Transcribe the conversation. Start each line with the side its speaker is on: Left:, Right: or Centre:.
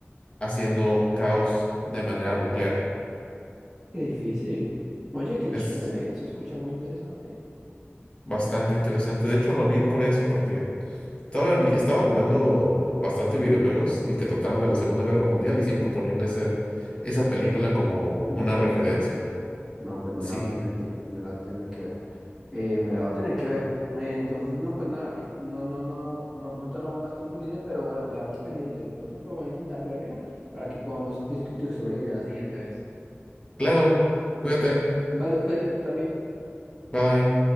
Left: haciendo un caos de manera nuclear.
Centre: Qué difícil. Oye, qué
Left: Es
Centre: chévere. Se escucha muy interesante.
Left: bastante interesante. De hecho, lo vi por eso, porque estaba, vi- estaba jugando bastante videojuegos y que trataron de la Segunda Guerra Mundial y siempre ponían esa, esa película como
Centre: En
Left: una
Centre: referencia.
Left: referencia.
Centre: No, pues me
Left: Sí,
Centre: la va a tener que, me la va a tener que ver. Eh, me la va a tener que ver. Eh, entonces, no, pues nada, que no, no, no, no, no te robo más tiempo, Lice, pero bueno, quedamos pendientes. Yo creo que voy a intentar vérmela para que podamos discutir sobre ella la siguiente vez.
Left: claro. Cuídate.
Centre: Vale, cuídate tú también.
Left: Bye.